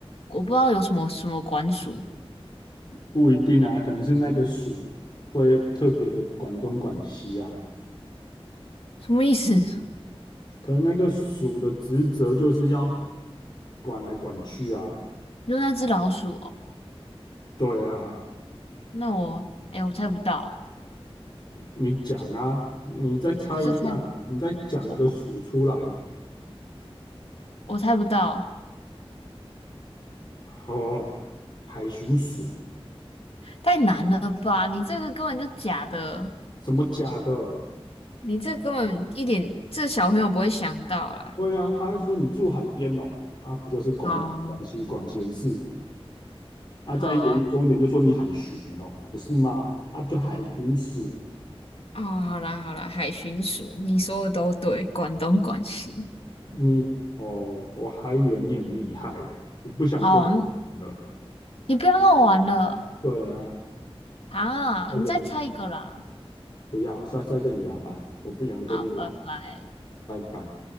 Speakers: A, on the left; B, on the left.
A: 我不知道有什么什么管鼠，
B: 不一定啊，可能是那个属会特别的管东管西啊，
A: 什么意思？<laughs>
B: 可能那个属的职责就是要管来管去啊。
A: 就那只老鼠哦？
B: 对啊，
A: 那我哎、我猜不到，
B: 你讲啊，你再猜一下，
A: 这猜
B: 你再讲一个属出来，
A: 我我猜不到，
B: 哦，海巡署
A: 太难了吧？你这个根本就假的，
B: 什么假的？
A: 你这根本一点这小朋友不会想到啦。
B: 对啊，他还说你住海边哦，啊，不就是管管西管闲事
A: 哦，
B: 啊？
A: 好啊
B: 再严重一点就说你海巡哦，不是吗？啊，不就海巡署。
A: 哦，好啦好啦，海巡署，你说的都对，广东广西。
B: 你哦，我还以为你很厉害耶，我不想跟你了。
A: 哦，你不要让我玩了
B: 对啊，
A: 啊！
B: 再跟你聊，
A: 你再猜一个啦！
B: 不要，下次再跟你聊吧，我不想跟你玩，
A: 啊，拜拜。
B: 拜拜。